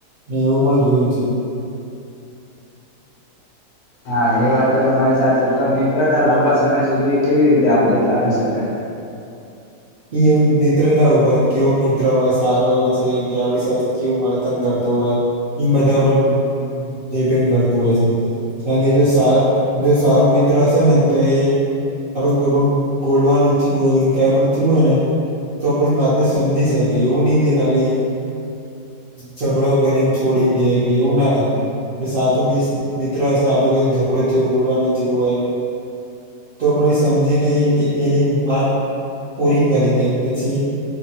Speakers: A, on the right; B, on the left.
A: મેં એવું પણ કીધું છે
B: હા એ વાત તો તમારી સાથે તો મિત્રતા લાંબા સમય સુધી કેવી રીતે આપડે જાળવી શકાય?
A: એ એમ મિત્રતા ઉપર કેવ મિત્ર હોય સારો એ છે કે આપડી સાથે કેવું વર્તન કર તો હોય ઈ બધા બં ડિપેન્ડ કરતું હોય છે કારણ કે જો સારા જો સારો મિત્ર હશે ને તો એ આપ કોઈ પણ બોલવાનું થી હોય કા પણ થયું હોય ને તો આપણી વાતને સમજી શકી એવું ની કે ખાલી ઝઘડો કરીને છોડી દે કે એવું ના થાય એ સાચો મિત્ર હશે આપડે કઈ ઝઘડો થથયો બોલવાનું થયું હોય તો પણ એ સમજીને એની વાત ઓરિંગ કરી દે પછી